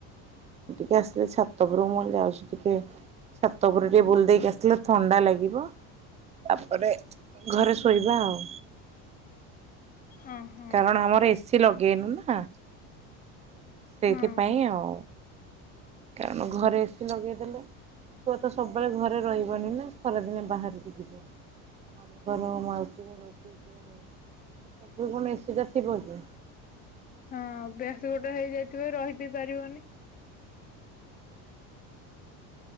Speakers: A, on the right; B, on the left.
A: ଟିକେ ଆସିଲି ଛାତ ଉପରକୁ ଯାଉଛି ଟିକେ ଛାତ ଉପରେ ଟିକେ ବୁଲି ଦେଇକି ଆସିଲେ ଥଣ୍ଡା ଲାଗିବ। ତାପରେ ଘରେ ଶୋଇବା ଆଉ।
B: ଓ ହୋ
A: କାରଣ ଆମର ଏସି ଲଗେଇନୁ ନା। ସେଇଥିପାଇଁ
B: ହଁ
A: ଆଉ, କାରଣ ଘରେ ଏସି ଲଗେଇଦେଲେ ଛୁଆ ତ ସବୁବେଳେ ଘରେ ରହିବନି ନା ଖରାଦିନେ ବାହାରକୁ ଯିବ ମାମୁ ଘର, ମାଉସୀ ଘର, ପିଇସି ଘର ସବୁ କଣ ଏସି ଟା ଥିବ କି?
B: ହଁ ଅଭ୍ୟାସ ଗୋଟେ ହେଇଯାଇଥିବ ରହି ବି ପାରିବନି।